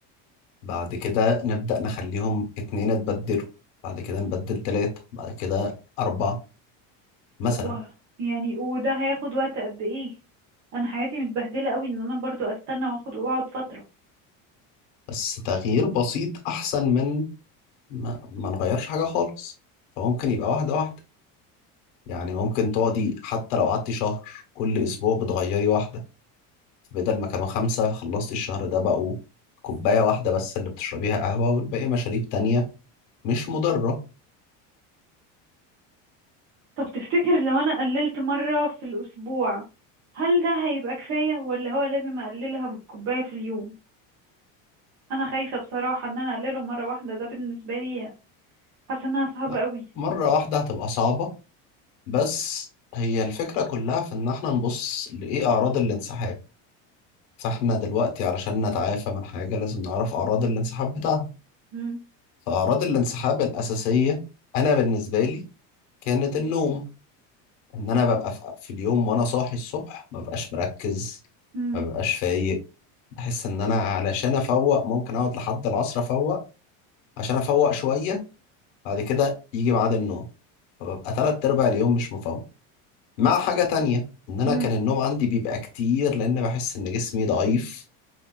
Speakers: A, on the left; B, on the right.
A: بعد كده نبدأ نخليهم اتنين اتبدلوا بعد كده نبدل تلاتة بعد كده أربعة مثلا
B: طب وه... يعني وده هياخد وقت قد ايه انا حياتي متبهدله قوي ان انا برضو استنى واخد واقعد فتره
A: بس تغيير بسيط أحسن من ما, ما نغيرش حاجة خالص فممكن يبقى واحدة واحدة يعني ممكن تقعدي حتى لو قعدتي شهر كل اسبوع بتغيري واحده بدل ما كانوا خمسه خلصتي الشهر ده بقوا كوبايه واحده بس اللي بتشربيها قهوه والباقي مشاريب تانية مش مضره
B: طب تفتكر لو انا قللت مره في الاسبوع هل ده هيبقى كفايه ولا هو لازم اقللها كوبايه في اليوم انا خايفه بصراحه ان انا اقلله مره واحده ده بالنسبه لي حاسه انها صعبه
A: لا
B: قوي
A: مره واحده هتبقى صعبه بس هي الفكره كلها في ان احنا نبص لايه اعراض الانسحاب فاحنا دلوقتي علشان نتعافى من حاجه لازم نعرف اعراض الانسحاب بتاعها
B: امم
A: فاعراض الانسحاب الاساسيه انا بالنسبه لي كانت النوم ان انا ببقى في في اليوم وانا صاحي الصبح ما ببقاش مركز
B: امم
A: ما ببقاش فايق بحس ان انا علشان افوق ممكن اقعد لحد العصر افوق عشان افوق شوية بعد كده يجي ميعاد النوم فببقى تلات ارباع اليوم مش مفوق مع حاجة تانية ان انا
B: امم
A: كان النوم عندي بيبقى كتير لان بحس ان جسمي ضعيف